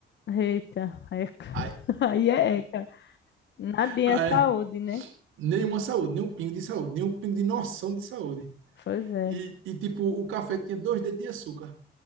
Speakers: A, on the left; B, on the right.
A: Eita, eca. <laughs>
B: Aí,
A: Aí é eca. Nadinha
B: Ai,
A: é saúde, né?
B: nenhuma saúde, nem um pingo de saúde, nem um pingo de noção de saúde.
A: Pois é.
B: E, e tipo, o café tinha dois dedos de açúcar.